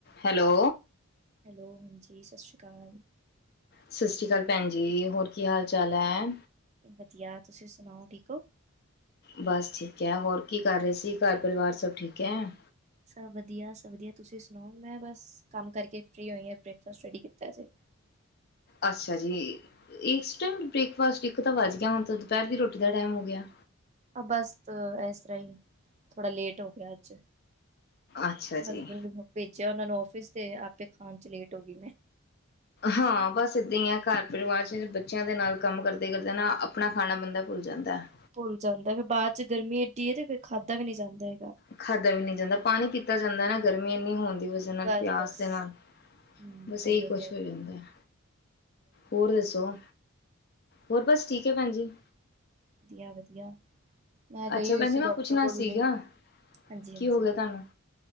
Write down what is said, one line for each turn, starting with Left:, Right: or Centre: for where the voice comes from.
Left: Hello
Right: hello ਹਾਂਜੀ, ਸਸ਼ੀਕਾਲ।
Left: ਸਸਰੀ ਕਾਲ ਪੈਨਜੀ, ਹੋਰ ਕੀ ਹਾਲ ਚਾਲ ਐ?
Right: ਵਦੀਆ, ਤੁਸੀ ਸੁਣਾਓ? ਠੀਕ ਓ?
Left: ਬਸ ਠੀਕ ਹੈ, ਹੋਰ ਕੀ ਕਰ ਰਹੇ ਸੀ? ਘਰ ਪਰਿਵਾਰ ਸਭ ਠੀਕ ਹੈ?
Right: ਸਭ ਵਧੀਆ ਸਭ ਵਧੀਆ, ਤੁਸੀਂ ਸੁਣਾਓ? ਮੈਂ ਬਸ ਕੰਮ ਕਰਕੇ ਫ੍ਰੀ ਹੋਈ ਹਾਂ, ਬ੍ਰੇਕਫਾਸਟ ਰੈਡੀ ਕੀਤਾ ਸੀ।
Left: ਅੱਛਾ ਜੀ, ਇਸ ਟਾਈਮ ਬ੍ਰੇਕਫਾਸਟ, ਇੱਕ ਤਾਂ ਵੱਜ ਗਿਆ ਹੁਣ ਤਾਂ ਦੁਪਹਿਰ ਦੀ ਰੋਟੀ ਦਾ ਟਾਈਮ ਹੋ ਗਿਆ।
Right: ਬਸ ਇਸ ਤਰ੍ਹਾਂ ਹੀ, ਥੋੜਾ ਲੇਟ ਹੋ ਗਿਆ ਅੱਜ
Left: ਅੱਛਾ ਜੀ,
Right: ਹਸਬੈਂਡ ਨੂੰ ਭੇਜਿਆ ਉਹਨਾਂ ਨੂੰ ਆਫਿਸ, ਤੇ ਆਪੇ ਖਾਣ 'ਚੱ ਲੇਟ ਹੋ ਗਈ ਮੈਂ
Left: ਹਾਂ ਬਸ ਇਦਾਂ ਹੀ ਹੈ ਘਰ ਪਰਿਵਾਰ 'ਚੱ ਬੱਚਿਆਂ ਦੇ ਨਾਲ ਕੰਮ ਕਰਦੇ ਕਰਦੇ ਨਾ, ਆਪਣਾ ਖਾਣਾ ਬੰਦਾ ਭੁੱਲ ਜਾਂਦਾ ਹੈ।
Right: ਭੁੱਲ ਜਾਂਦਾ, ਫਿਰ ਬਾਅਦ 'ਚ ਗਰਮੀਂ ਐਡੀ ਹੈ ਤੇ ਫਿਰ ਖਾਧਾ ਵੀ ਨਹੀਂ ਜਾਂਦਾ ਹੈਗਾ।
Left: ਖਾਧਾ ਵੀ ਨਹੀਂ ਜਾਂਦਾ, ਪਾਣੀ ਪੀਤਾ ਜਾਂਦਾ ਨਾ ਗਰਮੀਂ ਇੰਨੀ ਹੋਣ ਦੀ ਵਜਾ ਵਜਾ ਨਾਲ
Right: ਬਸ
Left: ਪਿਆਸ
Right: ਬਸ
Left: ਦੇ ਨਾਲ,
Right: ਹਮ
Left: ਬਸ
Right: ਉਹੀਓ
Left: ਇਹੀ ਕੁਛ
Right: ਤੇ
Left: ਹੋ ਜਾਂਦਾ ਹੈ। ਹੋਰ ਦੱਸੋ? ਹੋਰ ਬਸ ਠੀਕ ਹੈ ਭੈਣਜੀ।
Right: ਵਧੀਆ- ਵਧੀਆ। ਮੈਂ ਗਈ
Left: ਅੱਛਾ
Right: ਹੋਈ
Left: ਭੈਣ
Right: ਸੀ
Left: ਜੀ ਮੈਂ
Right: ਡਾਕਟਰ
Left: ਪੁੱਛਣਾ
Right: ਕੋਲ
Left: ਸੀਗਾ,
Right: ਹੁਣੇ, ਹਾਂਜੀ
Left: ਕੀ
Right: ਹਾਂਜੀ।
Left: ਹੋ ਗਿਆ ਤੁਹਾਨੂੰ?